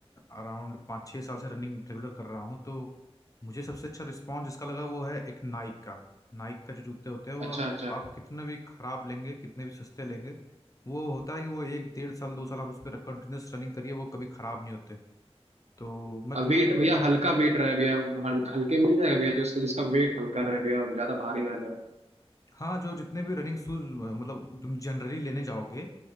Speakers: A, on the left (about 30°); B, on the right (about 85°).
A: अराउंड पाँच छः साल से रनिंग रेगुलर कर रहा हूँ तो मुझे सबसे अच्छा रिस्पॉन्स जिसका लगा वो है एक नाइक का नाइक का जो जूते होते हैं वो
B: अच्छा अच्छा
A: आप कितने भी खराब लेंगे कितने भी सस्ते लेंगे वो होता है कि वो एक डेढ़ साल दो साल आप उस पर कंटिन्यूस रनिंग करिए वो कभी खराब नहीं होते तो मैं
B: अब
A: तुम्हें
B: वेट भैया हल्का वेट रहे भैया हल्का हल्के मिल जाएगा भैया जो उसका जिसका वेट हल्का रहे भैया ज्यादा भारी ना रहे
A: हाँ जो जितने भी रनिंग शूज मतलब तुम जनरली लेने जाओगे